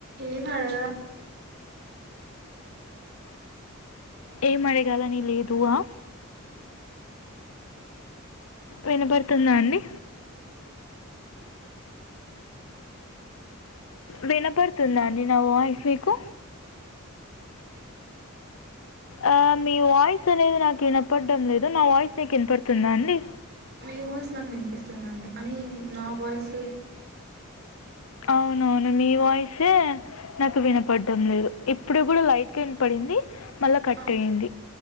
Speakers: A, on the right; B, on the left.
A: ఏం అడగా
B: ఏం అడగాలని లేదువా వినబడుతుందా అండి వినపడుతుందా అండి నా వాయిస్ మీకు ఆ మీ వయిస్ అనేది నాకు ఇనప్పడ లేద నా వాయిస్ నీకు వినపడుతుందా అండి
A: మీ వాయిస్ నాకు వినిపిస్తుందండి కానీ నా వాయిస్
B: అవునవును మీ వాయిసే నాకు వినపడ్డం లేదు ఇప్పుడు కూడా లైట్గా వినపడింది మళ్ళా కట్
A: ఆ
B: అయ్యింది